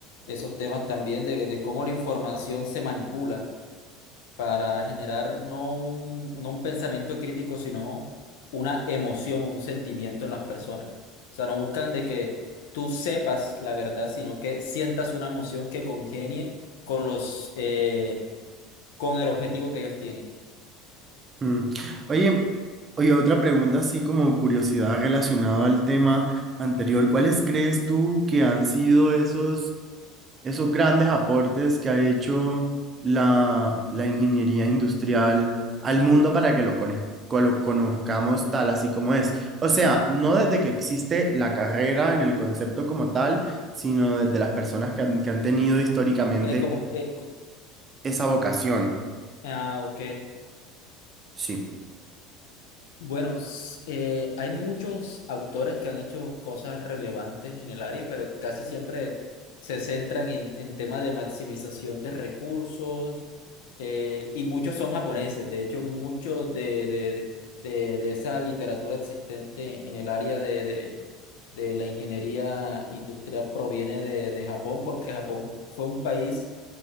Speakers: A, on the left; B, on the right.
A: esos temas también de, de cómo la información se manipula para generar no un, no un pensamiento crítico, sino una emoción o un sentimiento en las personas. O sea, no buscan de que tú sepas la verdad, sino que sientas una emoción que congenie con los, eh, con el objetivo que ellos tienen.
B: Mm. Oye, oye, otra pregunta así como curiosidad relacionada al tema anterior. ¿Cuáles crees tú que han sido esos esos grandes aportes que ha hecho la, la ingeniería industrial al mundo para que lo, cono- co- lo conozcamos tal así como es. O sea, no desde que existe la carrera en el concepto como tal, sino desde las personas que han, que han tenido históricamente
A: Eh, como, eh, co-
B: esa vocación.
A: ah, ok.
B: Sí.
A: Bueno, s- eh, hay muchos autores que han hecho cosas relevantes en el área, pero casi siempre se centran en, en temas de maximización de recursos eh, y muchos son japoneses. De hecho, mucho de, de, de, de- de esa literatura existente en el área de, de, de la ingeniería industrial proviene de, de Japón, porque Japón fue un país